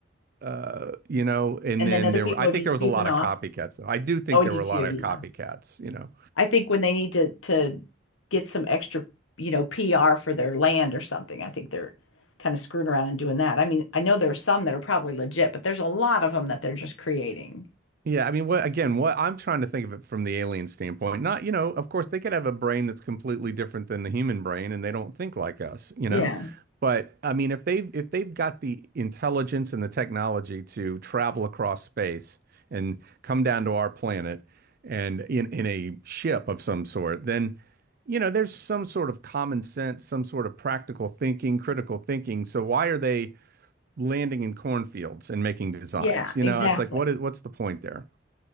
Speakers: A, on the right; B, on the left.
A: uh, you know, and
B: And
A: then
B: then other
A: there
B: people
A: were, I
B: are
A: think
B: just
A: there was
B: goofing
A: a lot of
B: off.
A: copycats though. I do think
B: Oh, I
A: there
B: do
A: were
B: too.
A: a lot
B: Yeah.
A: of copycats, you know.
B: I think when they need to to get some extra, you know, PR for their land or something, I think they're kind of screwing around and doing that. I mean, I know there are some that are probably legit, but there's a lot of them that they're just creating.
A: Yeah, I mean, what again, what I'm trying to think of it from the alien standpoint. Not, you know, of course they could have a brain that's completely different than the human brain and they don't think like us, you
B: Yeah.
A: know. But I mean, if they've if they've got the intelligence and the technology to travel across space and come down to our planet and in in a ship of some sort, then you know, there's some sort of common sense, some sort of practical thinking, critical thinking. So why are they landing in cornfields and making designs?
B: Yeah,
A: You
B: exactly.
A: know, it's like what is what's the point there?